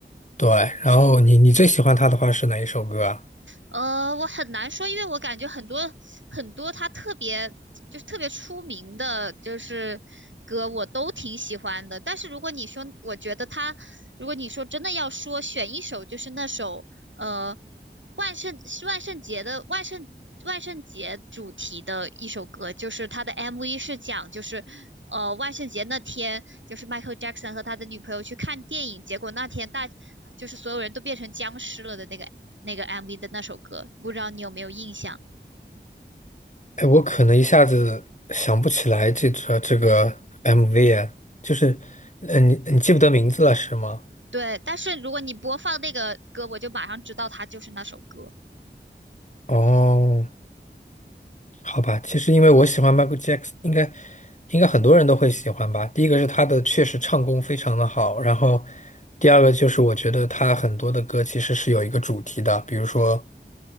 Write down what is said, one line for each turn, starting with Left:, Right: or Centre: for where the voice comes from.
Left: 对。然后你你最喜欢他的话是哪一首歌啊？
Right: 呃，我很难说，因为我感觉很多很多他特别就是特别出名的，就是歌我都挺喜欢的。但是如果你说，我觉得他，如果你说真的要说选一首，就是那首呃万圣是万圣节的万圣万圣节主题的一首歌，就是他的 MV 是讲就是。呃，万圣节那天，就是 Michael Jackson 和他的女朋友去看电影，结果那天大就是所有人都变成僵尸了的那个那个 MV 的那首歌，不知道你有没有印象？
Left: 哎，我可能一下子想不起来这这这个 MV 啊，就是，嗯，你你记不得名字了是吗？
Right: 对，但是如果你播放那个歌，我就马上知道它就是那首歌。
Left: 哦，好吧，其实因为我喜欢 Michael Jackson，应该应该很多人都会喜欢吧。第一个是他的确实唱功非常的好，然后第二个就是我觉得他很多的歌其实是有一个主题的，比如说